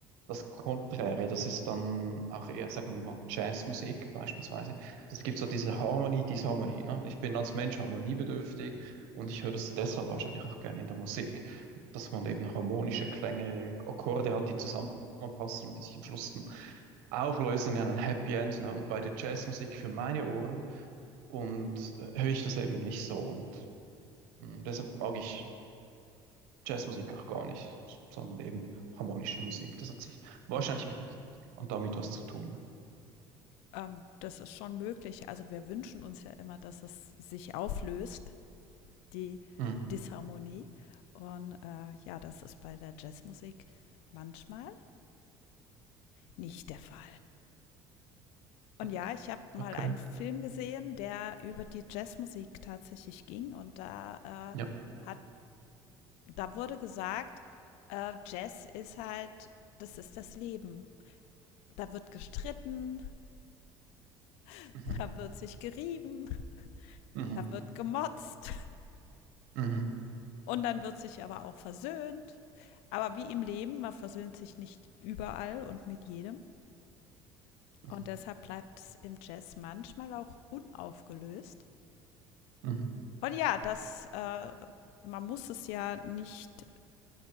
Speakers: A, on the right (about 85°); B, on the left (about 80°).
A: das Konträre, das ist dann auch eher, sagen wir mal, Jazzmusik beispielsweise. Das gibt so diese Harmonie, Disharmonie. Ne? Ich bin als Mensch harmoniebedürftig und ich höre das deshalb wahrscheinlich auch gerne in der Musik, dass man eben harmonische Klänge, Akkorde hat, die zusammenpassen und die sich am Schluss dann auflösen in ein Happy End. Ne? Und bei der Jazzmusik für meine Ohren und äh, höre ich das eben nicht so. Und Mm, Deshalb mag ich Jazzmusik auch gar nicht, sondern eben harmonische Musik. Das hat sich wahrscheinlich mit und damit was zu tun.
B: ähm, das ist schon möglich. Also wir wünschen uns ja immer, dass es sich auflöst die
A: ne? Mm.
B: Disharmonie. Und äh, ja, das ist bei der Jazzmusik manchmal nicht der Fall. Und
A: <laughs>
B: ja, ich habe mal
A: Okay.
B: einen Film gesehen, der über die Jazzmusik tatsächlich ging. Und da, äh,
A: Ja.
B: hat, da wurde gesagt, äh, Jazz ist halt, das ist das Leben. Da wird gestritten, <laughs>
A: Mhm.
B: da wird sich gerieben,
A: Mhm.
B: da wird gemotzt
A: Mhm.
B: <laughs> und dann wird sich aber auch versöhnt. Aber wie im Leben, man versöhnt sich nicht überall und mit jedem.
A: Mhm.
B: Und deshalb bleibt es im Jazz manchmal auch unaufgelöst.
A: Mhm.
B: Und ja, das, äh, man muss es ja nicht